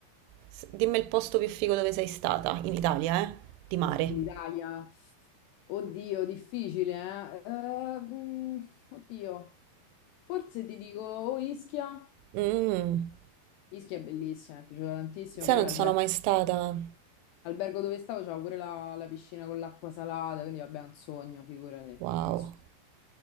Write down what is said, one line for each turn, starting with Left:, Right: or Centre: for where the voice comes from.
Right: S- Dimmi il posto più figo dove sei stata, in Italia, eh? Di mare.
Left: In Italia. Oddio, difficile, eh? Eh, mm, oddio. Forse ti dico o Ischia.
Right: Mm.
Left: Ischia è bellissima, mi è piaciuta tantissimo.
Right: Sai,
Left: Poi
Right: non
Left: l'albergo
Right: sono mai stata.
Left: l'albergo dove stavo c'era pure la, la piscina con l'acqua salata, quindi vabbè, è un sogno, figurati.
Right: Wow.
Left: un sogno.